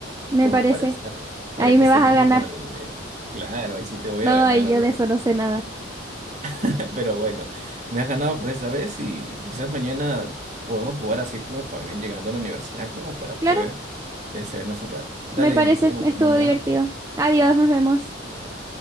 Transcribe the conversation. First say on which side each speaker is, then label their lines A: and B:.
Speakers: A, on the right; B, on the right.
A: me
B: como
A: parece.
B: para estar- para
A: Ahí
B: que
A: me
B: esté
A: vas
B: un
A: a
B: poco
A: ganar.
B: para mi nivel. Claro, y si te voy
A: No,
B: a ganar,
A: ahí
B: obviamente.
A: yo de eso no sé nada.
B: <laughs> Pero bueno, me has ganado por esta vez y quizás mañana podemos jugar así como también llegando a la universidad, como para
A: Claro,
B: poder distraernos un rato. Dale,
A: me parece.
B: nos vemos,
A: Estuvo
B: Fernanda.
A: divertido. Adiós, nos vemos.
B: Ya.